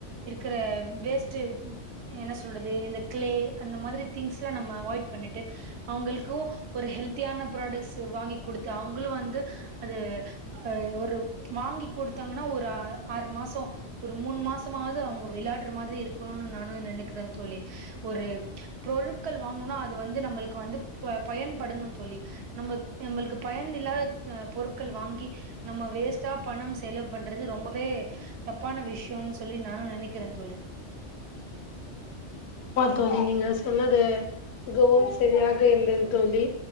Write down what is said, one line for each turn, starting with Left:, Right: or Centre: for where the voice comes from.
Right: இருக்கிற வேஸ்ட் என்ன சொல்றது இந்த கிளே அந்த மாரி திங்ஸ் எல்லா நம்ம அவாய்ட் பண்ணிட்டு அவங்களுக்கு ஒரு ஹெல்தியான ப்ராடக்ட்ஸ் வாங்கி கொடுத்து அவங்களும் வந்து அது <unintelligible> வாங்கி கொடுத்தாங்கன்னா ஒரு ஆறு மாசோ ஒரு மூணு மாசமாது அவங்க விளையாடுற மாதிரி இருக்கணுனு நானு நெனைக்கிற தோலி ஒரு பொருட்கள் வாங்கணுனா அது வந்து நம்மளுக் வந்து பயன்படணு தோலி நம்ம நம்மளுக்கு பயன் இல்லாத பொருட்கள் வாங்கி நம்ம வேஸ்ட்டா பணம் செலவு பண்றது ரொம்பவே தப்பான விஷயம்னு சொல்லி நானும் நினைக்கிறேன் தோழி
Left: தோலி நீங்க சொன்னது மிகவும் சரியாக இருந்தது தோலி